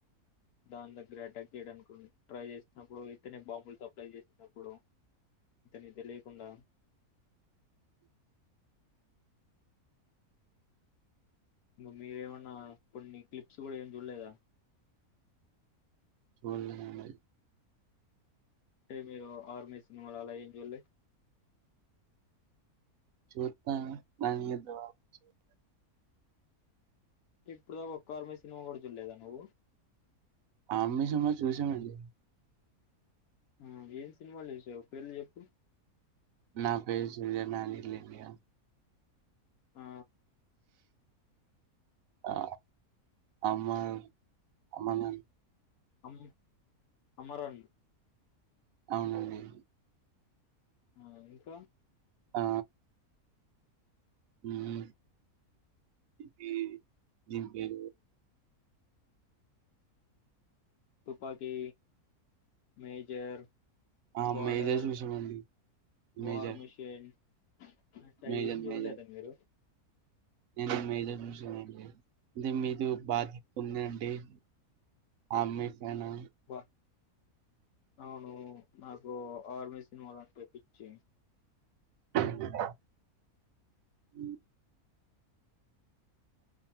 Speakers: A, on the left; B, on the right.
A: దాని దగ్గర అటాక్ చేయడానుకోని, ట్రై చేసినప్పుడు ఇతనే బాంబులు సప్లై చేసినప్పుడు. ఇతనికి తెలేకుండా
B: అ
A: ఇంగ మీరేమన్నా కొన్ని క్లిప్స్ కూడా ఏమి చూడలేదా
B: చూడ <unintelligible>
A: అంటే మీరు ఆర్మీ సినిమాలు అలా ఏం చూల్లే
B: చూత్త గాని <unintelligible> <inaudible>
A: కిప్పుడుదా ఒక్క ఆర్మీ సినిమా గూడా చూడలేదా నువ్వు
B: ఆర్మీ సినిమా చూసామండి
A: ఆ ఏం సినిమాలు చుసావు పేర్లు చెప్పు
B: నా పేరు సూర్య నా ఇల్లు ఇండియా
A: ఆ
B: ఆ అమర్ అమరన్
A: అమ్ అమరన్
B: అవునండి
A: ఆ, ఇంకా
B: ఆ ఉహు ఇది దీని పేరు
A: తుపాకీ మేజర్
B: ఆ
A: బార్డర్
B: మేజర్ చూసామండి 'మేజర్',
A: వార్ మిషన్ అట్ట
B: 'మేజర్',
A: ఏం చూడలేద
B: 'మేజర్'
A: మీరు
B: నేను మేజర్ చూసనండి అంటే మీతు కాదు బాధ్యత ఉంది అం <unintelligible> అమ్మేశానా
A: వా అవును నాకు ఆర్మీ సినిమాలంటే పిచ్చి
B: అ